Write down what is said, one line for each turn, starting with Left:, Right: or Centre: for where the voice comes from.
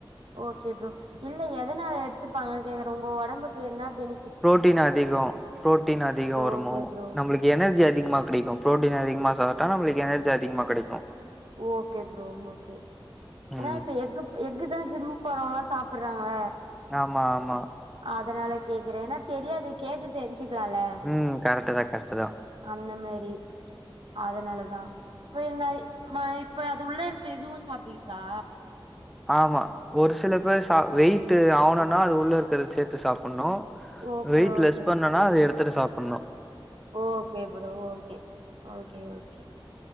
Right: ஓகே ப்ரோ இல்ல எதனால எடுத்துப்பாங்கன்னு கேக்குறே உங்க ஒடம்புக்கு என்ன பெனிஃபிட்
Centre: புரோட்டீன் அதிகோ புரோட்டீன் அதிக வருனு
Right: ஓகே ப்ரோ
Centre: நம்மளுக்கு எனர்ஜி அதிகமா கெடைக்கு புரோட்டீன் அதிகமா சாப்ட நம்மளுக்கு எனர்ஜி அதிகமா கெடைக்கு
Right: ஓகே ப்ரோ ஓகே ஏன்னா
Centre: ம்.
Right: இப்ப எக்கு எக்குதா ஜிம் போறவங்களா சாப்டுறாங்கள
Centre: ஆமா ஆமா
Right: அதனால கேக்குறே ஏன்னா தெரியாது கேட்டு தெரிஞ்சக்லால்ல
Centre: ம். கரெக்ட்டு தான், கரெக்ட்டு தான்.
Right: அந்த மாரி அதனாலதா இப்ப என்னாய் மா இப்ப அது உள்ள இருக்க இதுவு சாப்டுவீங்ளா
Centre: ஆமா ஒரு சில பேர் சா வெயிட் ஆவனுன்னா அது உள்ள இருக்கறத சேத்து சாப்பணு
Right: ஓகே
Centre: வெயிட்
Right: ஓகே
Centre: லெஸ் பண்ணுனா அது எடுத்துட்டு சாப்பணு
Right: okay bro okay okay okay